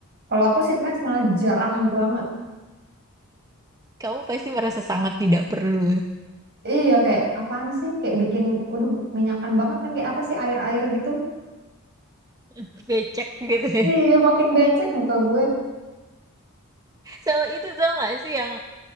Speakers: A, on the right (about 50°); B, on the right (about 15°).
A: Kalau aku sheet mask malah jarang banget.
B: Kamu pasti merasa sangat tidak perlu
A: Iya, kayak apaan sih? Kayak bikin, waduh, minyakan banget kan. Kayak apa sih air-air gitu.
B: <laughs> becek gitu ya.
A: Iya, makin becek muka gue.
B: So itu tau nggak sih yang